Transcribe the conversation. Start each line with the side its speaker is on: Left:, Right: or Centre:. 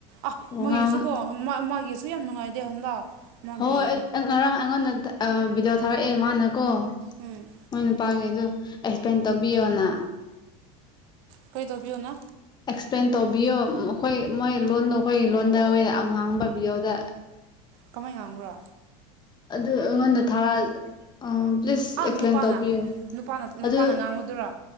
Right: ꯑ
Left: ꯉꯥꯡ
Right: ꯃꯣꯏꯒꯤꯁꯨ ꯀꯣ ꯃ ꯃꯥꯒꯤꯁꯨ ꯌꯥꯝ ꯅꯨꯡꯉꯥꯏꯇꯦ ꯍꯟꯗꯛ ꯃꯥꯒꯤ
Left: ꯍꯣꯏ ꯑꯩ ꯑꯩ ꯉꯔꯥꯡ ꯑꯩꯉꯣꯟꯗ ꯑ ꯚꯤꯗꯤꯑꯣ ꯊꯥꯔꯛꯑꯦ ꯃꯥꯅ ꯀꯣ
Right: ꯎꯝ
Left: ꯃꯣꯏ ꯅꯨꯄꯥꯒꯩꯗꯣ ꯑꯦꯛꯁꯄ꯭ꯂꯦꯟ ꯇꯧꯕꯤꯌꯣꯅ
Right: ꯀꯔꯤ ꯇꯧꯕꯤꯌꯨꯅ
Left: ꯑꯦꯛꯁꯄ꯭ꯂꯦꯟ ꯇꯧꯕꯤꯌꯣ ꯑꯩꯈꯣꯏ ꯃꯣꯏ ꯂꯣꯟꯗꯣ ꯑꯩꯈꯣꯏ ꯂꯣꯟꯗ ꯑ ꯉꯥꯡ ꯄꯕꯤꯌꯣꯗ
Right: ꯀꯃꯥꯏ ꯉꯥꯡꯕ꯭ꯔꯣ
Left: ꯑꯗꯨ ꯑꯩꯉꯣꯟꯗ ꯊꯥ ꯑ ꯄ꯭ꯂꯤꯁ
Right: ꯑꯥ
Left: ꯑꯦꯛꯁꯄ꯭ꯂꯦꯟ
Right: ꯅꯨꯄꯥꯅ
Left: ꯇꯧꯕꯤꯌꯣ
Right: ꯅꯨꯄꯥꯅ ꯅꯨꯄꯥꯅ
Left: ꯑꯗꯨ
Right: ꯉꯥꯡꯕꯗꯨꯔꯥ